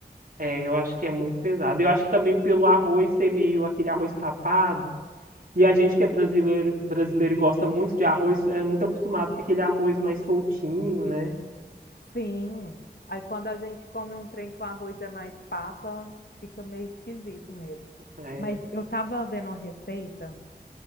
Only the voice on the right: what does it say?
É, eu acho que é muito pesado. Eu acho que também pelo arroz ser meio aquele arroz papado, e a gente que é brasileiro, brasileiro e gosta muito de arroz, é muito acostumado com aquele arroz mais soltinho, né?
É.